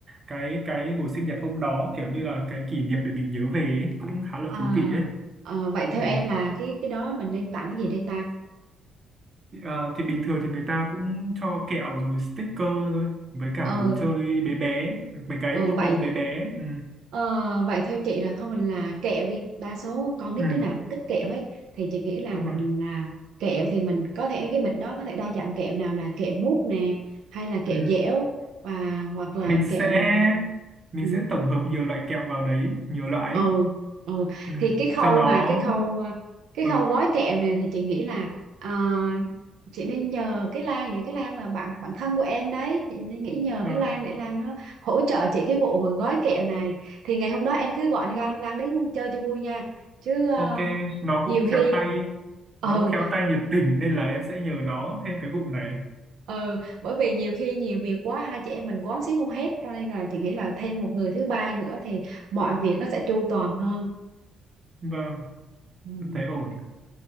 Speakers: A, on the right; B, on the right.
A: cái cái buổi sinh nhật hôm đó kiểu như là cái kỷ niệm để mình nhớ về ấy, cũng khá là
B: À,
A: thú vị ấy
B: ờ, vậy theo
A: ừ.
B: em là cái cái đó mình nên tặng cái gì đây ta?
A: Ờ, thì bình thường thì người ta cũng cho kẹo rồi sticker thôi với cả
B: Ờ
A: đồ chơi bé bé mấy cái
B: ờ
A: ô
B: vậy
A: tô bé bé ừ.
B: Ờ, vậy theo chị là thôi mình là kẹo đi đa số con nít
A: Ừ.
B: đứa nào cũng thích kẹo hết thì chị nghĩ là
A: đúng
B: mình
A: rồi
B: là kẹo thì mình có thể cái bịch đó có thể đa dạng kẹo nào là kẹo mút nè hay là kẹo
A: ừ.
B: dẻo và hoặc là
A: mình sẽ
B: kẹo
A: mình
B: ừ
A: sẽ tổng hợp nhiều loại kẹo vào đấy nhiều loại
B: ừ
A: ấy.
B: ừ
A: ừ.
B: thì cái khâu
A: cho nó
B: mà cái khâu à, cái
A: ừ.
B: khâu gói kẹo này thì chị nghĩ là à, chị nên nhờ cái Lan những cái Lan là bạn bạn thân của em đấy chị nên nghĩ nhờ
A: vâng
B: cái Lan để Lan nó hỗ trợ chị cái vụ mà gói kẹo này thì ngày hôm đó em cứ gọi Lan Lan đến chơi cho vui nha chứ à,
A: ok nó cũng
B: nhiều khi
A: khéo tay
B: ừ
A: nó cũng khéo tay nhiệt tình nên là em sẽ nhờ nó thêm cái vụ này
B: ừ bởi vì nhiều khi nhiều việc quá hai chị em mình quán xuyến không hết cho nên là chị nghĩ là thêm một người thứ ba nữa thì mọi việc nó sẽ chu toàn hơn
A: vâng
B: ừ.
A: em thấy ổn